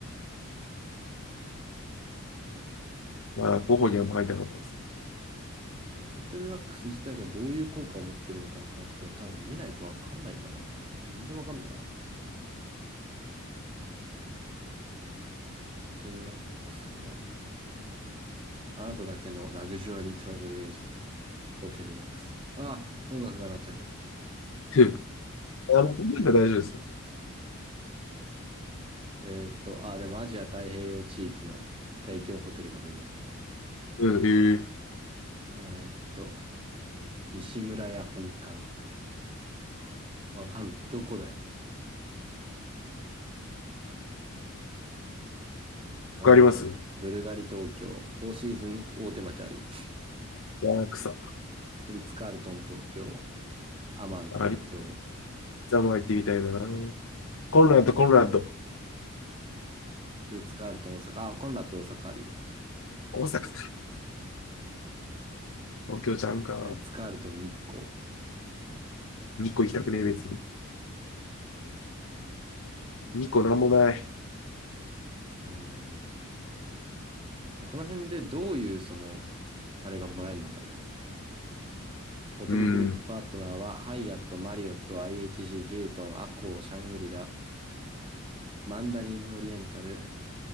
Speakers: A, on the left; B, on the right.
A: まあ、候補にはあんま入らなかったです。
B: ホテルラックス自体がどういう効果を持ってるのかに関しては多分見ないとわかんないんだろうな。なんか全然わかんないや。ホテルラックスの、あなただけのラグジュアリートラベルエージェント。ホテルラックス。ああ、音楽が鳴っちゃった。
A: ふうあの、考えたら大丈夫ですよ。
B: えーっと、あー、でもアジア太平洋地域の提供ホテルが見れますね。
A: うん、ええ
B: えーっと、西村屋本館。わかんない。どこだよ。うーん、
A: 他あります
B: ブルガリ東京。フォーシーズン大手町あるよ。
A: ワークサ。
B: フリッツカールトン東京。アマン東京。
A: ありざま行ってみたいな。コンラッド、コンラッド。
B: フリッツカールトン大阪。あ、コンラッド大阪あるよ。
A: 大阪か。東京ちゃんか。
B: フリッツカールトン日光。
A: 2個行きたくねえ、別に。2個なんもない。
B: うーん。この辺でどういうその、あれがもらえるのかだよね。ホテルグループパートナーは、
A: うん、
B: ハイアット、マリオット、IHG、ヒルトン、アコー、シャングリラ、マンダリンオリエンタル。